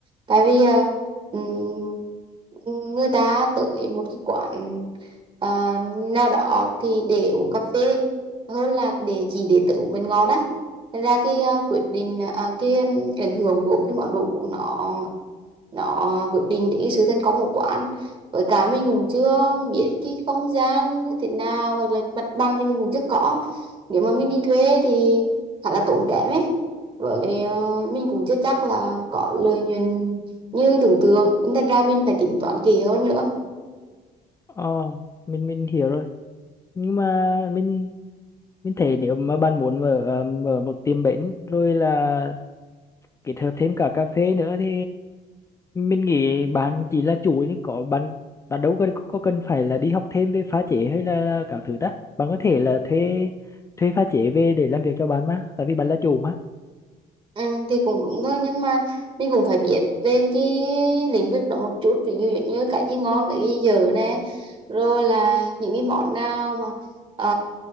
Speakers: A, on the right; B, on the left.
A: tại vì à, ừm, người ta tới một cái quán à, nào đó thì để uống cà phê hơn là để chỉ để tự uống bánh ngọt đó Thật ra cái ờ, quyết định ờ, à, cái ừm, ảnh hưởng của cái món đồ uống nó nó quyết định đến cái sự thành công của quán với cả mình cũng chưa biết cái không gian như thế nào hoặc là mặt bằng thì mình cũng chưa có nếu mà mình đi thuê thì khá là tốn kém ấy với ờ, mình cũng chưa chắc là có lợi nhuận như tưởng tượng nên thành ra mình phải tính toán kỹ hơn nữa
B: Ờ, mình mình hiểu rồi. Nhưng mà mình mình thấy nếu mà bạn muốn mở ờ, mở một tiệm bánh rồi là kết hợp thêm cả cà phê nữa thì mình nghĩ bạn chỉ là chủ chứ có bạn bạn đâu có có cần phải là đi học thêm về pha chế hay là các thứ ta. Bạn có thể là thuê thuê pha chế về để làm việc cho bạn mà, tại vì bạn là chủ mà.
A: Ừ, thì cũng đúng thôi nhưng mà mình cũng phải biết về cái lĩnh vực đó một chút ví dụ như cái gì ngon cái gì dở nè rồi là những cái món nào mà ờ,